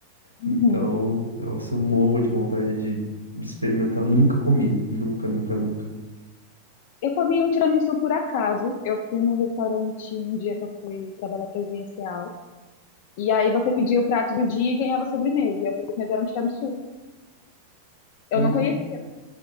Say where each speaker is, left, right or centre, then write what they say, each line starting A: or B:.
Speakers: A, on the left; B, on the left.
A: Uhum.
B: Então, nossa, eu morro de vontade de de experimentar. Nunca comi. Nunca, nunca, nunca.
A: Eu comi um tiramisu por acaso. Eu fui num restaurante num dia que eu fui trabalhar presencial. E aí você pedia o prato do dia e ganhava sobremesa. E a sobremesa era um tiramisu. Eu
B: Hum.
A: não conhecia.